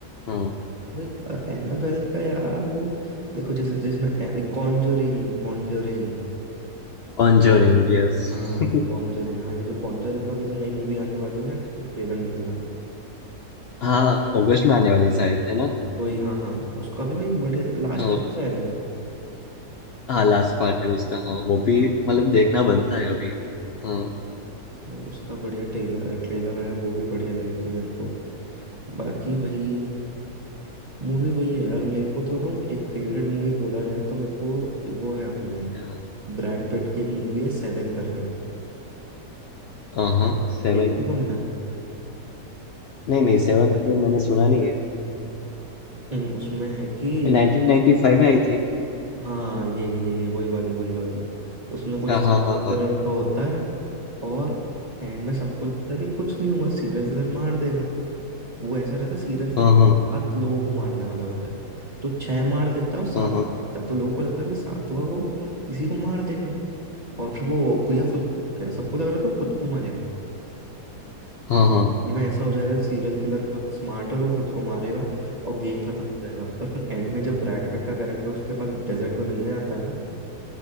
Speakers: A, on the left; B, on the right.
A: हाँ
B: वही एनाबेल का यार वो देखो जैसे जिसमें कॉन्जोरिंग कॉन्जोरिंग
A: Conjuring yes
B: हाँ
A: <laughs>
B: कॉन्जोरिंग हाँ ये जो कॉन्जोरिंग का भी तो नई मूवी आने वाली है ना ट्रेलर निकला
A: हाँ अगस्त में आने वाली शायद है ना
B: वही हाँ हाँ उसका भी भाई बढ़िया लास्ट
A: हाँ
B: है शायद वो
A: हाँ लास्ट पार्ट है उसका हाँ वो भी
B: हाँ।
A: मतलब देखना बनता है अभी हाँ
B: भाई उसका बढ़िया ट्रेलर ट्रेलर आया वो भी बढ़िया लगी थी मेरे को बाकी वही मूवी वही है यार मेरे को तो बताऊँ एक फेवरेट मूवी बोला जाए तो मेरे को वो है अपने
A: क्या-
B: ब्रैड पिट की एक मूवी है सेवन करके
A: हाँ हाँ सेवन
B: देखी तुमने
A: नहीं नहीं सेवन तो मैंने सुना नहीं है
B: हम्म, उसमें है कि
A: नाइनटीन नाइनटी फाइव में आई थी
B: हाँ यही यही वही वाली वही वाली उसमें
A: अच्छा
B: कुछ
A: हाँ हाँ
B: serial
A: हाँ
B: killer का होता है और एंड में सबको लगता है कि कुछ नहीं होगा सीरियल किलर मार देगा वो ऐसा रहता है सीरियल किलर
A: हाँ हाँ
B: सात
A: हाँ
B: लोगों को मारने वाला होता है तो छह मार देता है और सात
A: हाँ हाँ
B: बचता है तो लोगों को लगता है कि सातवां वो किसी को मार देगा और फिर वो को- या खुद को मारेगा सबको लग रहा था वो खुद को मारेगा
A: हाँ
B: कि
A: हाँ हाँ हाँ हाँ
B: end में ऐसा हो जाएगा कि सीरियल किलर बहुत स्मार्ट है और वो खुद को मारेगा और गेम खत्म हो जाएगा पर फिर एंड में जब ब्रैड पिट का कैरेक्टर उसके पास डेजर्ट में मिलने जाता है ना